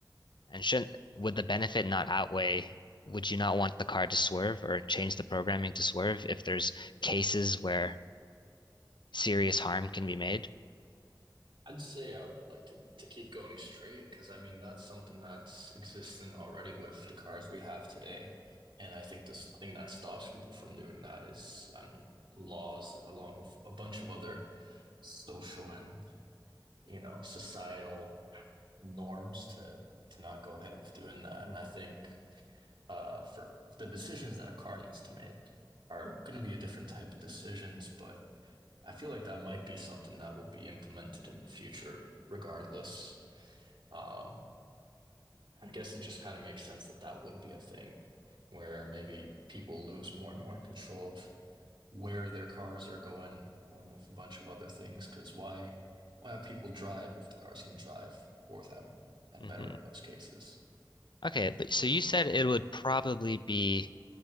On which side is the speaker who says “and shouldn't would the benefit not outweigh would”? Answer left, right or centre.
Left